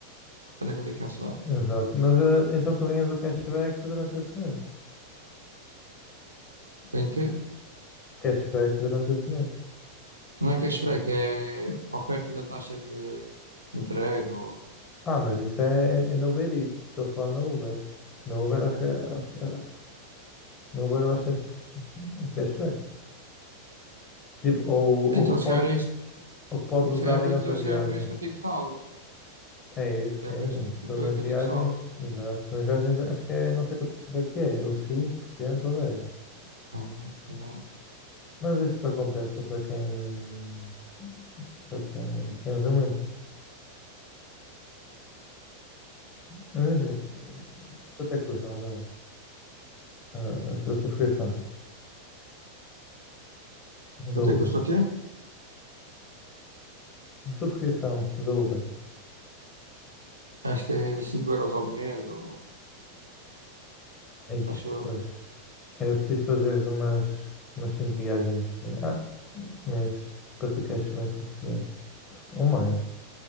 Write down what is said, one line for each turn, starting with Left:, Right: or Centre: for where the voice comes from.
Right: quando é que eu tenho que cancelar.
Left: Exato. Mas ah, então tu ganhas o cashback durante esse mês.
Right: Em que?
Left: Cashback durante esse mês.
Right: Não é cashback, é oferta da taxa de entrega. Ou...
Left: Ah, mas isso é, é, é no Uber Eats, estou a falar no Uber. No Uber acho que, acho que no Uber eu acho que tens um cashback. Tipo, ou, ou,
Right: Então,
Left: ou
Right: se
Left: pode,
Right: calhar é isso.
Left: ou que podes usar
Right: Se calhar,
Left: em
Right: é-
Left: outra
Right: então,
Left: viagem.
Right: se calhar é por isso que eu tenho saldo.
Left: É
Right: Se
Left: isso,
Right: calhar
Left: sim.
Right: É por isso que,
Left: Tu
Right: que-
Left: nas
Right: que
Left: viagens,
Right: eu tenho saldo.
Left: exato. Nas viagens acho que é não sei quanto por cento é que é, ou 5% ou 10%.
Right: Tá bom, tá bom.
Left: Mas isso só compensa para quem, para quem, quem usa muito. Mas imagina, quanto é que custa mais ou menos a, a tua subscrição
Right: Quanto
Left: da Uber?
Right: é que custa o quê?
Left: A subscrição da Uber.
Right: Acho que é 5 euros ao mês. Ou...
Left: Ixi,
Right: Acho eu.
Left: pois. Era preciso fazeres umas, umas cinco viagens ah, mês para ter cashback suficiente. Ou mais.